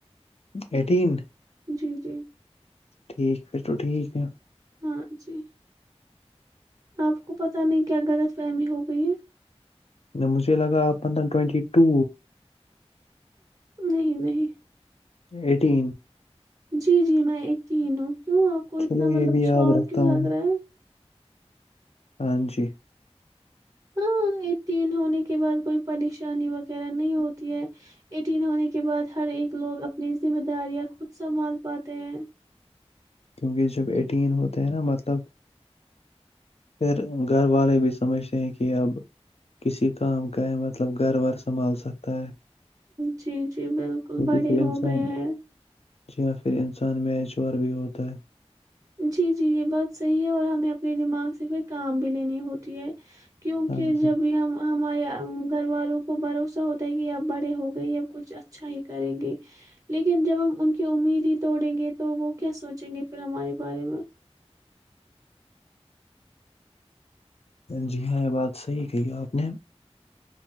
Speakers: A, on the left; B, on the right.
A: ایٹین
B: جی جی
A: ٹھیک پھر تو ٹھیک ہے
B: ہاں جی آپ کو پتہ نہیں کیا غلط فہمی ہو گئی ہے
A: مجھے لگاپ پندہ ٹوینٹی ٹو
B: نہیں نہیں
A: ایٹین
B: جی جی میں اتی ہی ہوں کیوں آپ کو
A: چلو
B: اتنا
A: یہ
B: مطلب
A: بھی یاد
B: شوق
A: رکھتا
B: کیوں
A: ہوں
B: لگ
A: میں
B: رہا ہے
A: ہاں جی
B: ہاں ایٹین ہونے کے بعد کوئی پریشانی وغیرہ نہیں ہوتی ہے ایٹین ہونے کے بعد ہر ایک لوگ اپنی ذمہ داریاں خود سنبھال پاتے ہیں
A: کیونکہ جب ایٹین ہوتے ہیں نا مطلب پھر گھر والے بھی سمجھتے ہیں کہ اب کسی کام کا ہے مطلب گھر وار سنبھال سکتا ہے
B: جی جی بالکل
A: کیونکہ
B: بڑے
A: پھر
B: ہو
A: انسان
B: گئے ہیں
A: جی ہاں پھر انسان میچ اور ب بھی ہوت تا
B: جی جی یہ بات صحیح ہے اور ہمیں اپنے دماغ سے پھر کام بھی لینی ہوتی ہے کیونکہ
A: ہاں
B: جب
A: جی
B: بھی ہم ہمارے گھر والوں کو بھروسہ ہوتا ہے کہ اب بڑے ہو گئی اب کچھ اچھا ہی کریں گے لیکن جب ہم ان کی امید ہی توڑیں گے تو وہ کیا سوچیں گے پھر ہمارے بارے میں
A: جی ہاں یہ بات صحیح کہی آپ نے